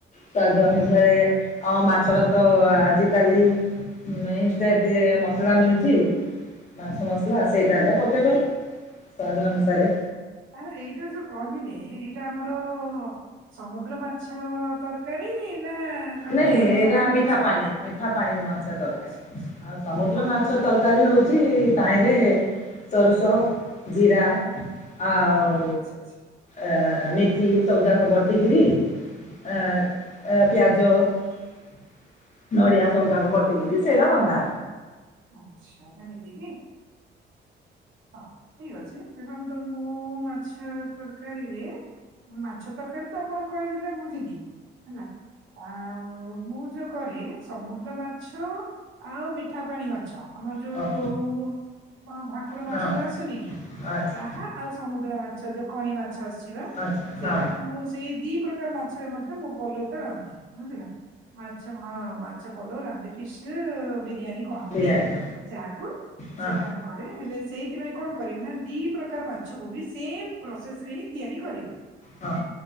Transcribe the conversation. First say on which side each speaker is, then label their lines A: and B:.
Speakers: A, on the left; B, on the right.
A: ସ୍ୱାଦ ଅନୁସାରେ ଆଉ ମା ସେଟାତ ଆଜି କାଲି ମେଇଷ୍ଟେ ତେ ମସଲା ମିଳୁଚି ମାଛ ମସଲା ସେଇଟା ହେଲେ ପକେଇବା ପାଇଁ ସ୍ୱାଦ ଅନୁସାରେ
B: ଆ ଏଇଟା ଯୋଉ କହିଲେ ଏଇ ଆମର ସମୁଦ୍ର ମା ଛ ତରକାରୀ ନା ଆମର
A: ନାଇଁ
B: ଯୋଉ
A: ଏଇଟା
B: ପାଣି
A: ମିଠା
B: ମାଛ
A: ପାଣି
B: ତରକାରୀ?
A: ମିଠା ପାଣି ମାଛ ତରକାରୀ
B: ଆଚ୍ଛା ଆଚ୍ଛା
A: ଆଉ ସମୁଦ୍ର
B: ହଉ
A: ମାଛ ତରକାରୀ ତରକାରୀ ହଉଛି ତାହିରେ ସୋରୁଷ
B: ହୁଁ,
A: ଜିରା
B: ହୁଁ,
A: ଆଉ
B: ଆଚ୍ଛା ଆଚ୍ଛା।
A: ଏ ମେଥି ସବୁ ଯାକ ବାଟିକିରି ଆ ପିଆଜ ନଡିଆ ସବୁ ଯାକ ବଟ୍ ଚିଙ୍ଗୁଡ଼ି ସେଇଟା ରନ୍ଧା
B: ଆଚ୍ଛା ଏମିତି କି? ହଁ ଠିକ ଅଛି ଦେଖନ୍ତୁ ମୁଁ ମାଛ ତରକାରୀରେ ମାଛ ତରକାରୀ ତ ଆପଣଙ୍କୁ କହିଦେଲେ ବୁଝିଲି ଝିଲି ହେଲା ଆଉ ମୁଁ ଯୋଉ କରେ ସମୁଦ୍ର ମାଛ ଆଉ ମିଠା ପାଣି ମାଛ ଆମର ଯୋଉ
A: ହବ।
B: ରୋହୁ ବା ଭା ମାଛ
A: ହଁ
B: ଯୋଉ ଆସୁନି କି
A: ଆଚ୍ଛା
B: ତାହା ଆଉ ସମୁଦ୍ର ମାଛ ଯୋଉ କଣି ମାଛ ଆସୁଛି ବା
A: ଆଚ୍ଛା
B: ସେଇଟା
A: ହଁ
B: ମୁଁ ସେଇ ଦି ପ୍ରକାର ମାଛରେ ମଧ୍ୟ ମୁଁ ପଲଉଟା ରାନ୍ଧେ ବୁଝିଲ ମାଛ ହଁ ମାଛ ପଲଉ ରାନ୍ଧେ ଫି ବିରିୟାନୀ କହନ୍ତି
A: ବିରିୟାନୀର
B: ଯାହାକୁ
A: ହଁ
B: ସେଇଟା ମୁଁ କରେ ହେଲେ। ସେଇଥିପାଇଁ କଣ? ଦି ପ୍ରକାର ମାଛକୁ ସେ ପ୍ରୋସେସ ରେ ହିଁ ତିଆରି କରିବେ
A: ହଁ